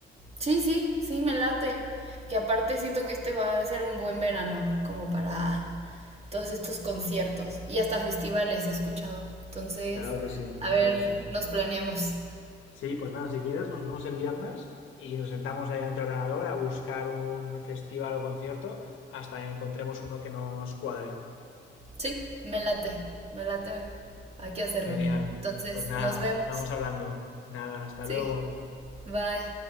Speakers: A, on the right; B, on the left.
A: Sí, sí, sí, me late. Que aparte siento que este va a ser un buen verano, como para todos estos conciertos y hasta festivales he escuchado. Entonces,
B: Claro que sí,
A: a ver,
B: claro que sí.
A: nos planeamos.
B: Sí, pues nada, si quieres, nos vemos el viernes y nos sentamos ahí ante el ordenador a buscar un festival o concierto hasta que encontremos uno que nos cuadre.
A: Sí, me late, me late. Hay que hacerlo.
B: Genial.
A: Entonces,
B: Pues nada,
A: nos vemos.
B: vamos hablando. Nada, hasta luego.
A: Sí, bye.